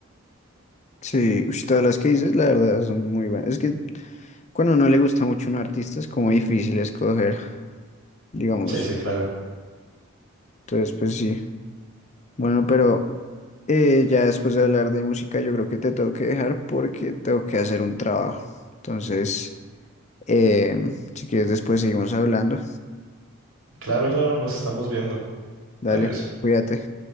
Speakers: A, on the left; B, on the right.
A: Sí, ush, todas las que dices, la verdad, son muy buenas. Es que cuando no le gusta mucho un artista es como difícil escoger, digamos.
B: Sí, sí, claro.
A: Entonces, pues sí. Bueno, pero eh, ya después de hablar de música, yo creo que te tengo que dejar porque tengo que hacer un trabajo. Entonces, em, si quieres, después seguimos hablando.
B: Claro, claro, nos estamos viendo.
A: Dale,
B: Adiós.
A: cuídate.